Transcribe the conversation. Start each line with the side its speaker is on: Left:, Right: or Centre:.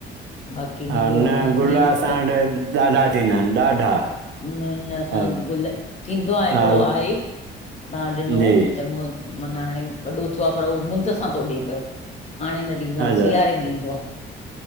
Left: बाक़ी
Right: हा
Left: नी ॿियो
Right: न गुल
Left: नीम
Right: असां
Left: प
Right: वटि ॾाढा थींदा आहिनि ॾाढा
Left: न, न असांज
Right: हा
Left: गुल थींदो आहे हिकिड़ो
Right: हा
Left: आहे तां ॾिनो
Right: जी
Left: चङो मना हाणे वॾो थियो आ पर हू मुंद सां थो ॾे पियो हाणे न ॾींदो आ
Right: अच्छा
Left: सियारे में ॾींदो आ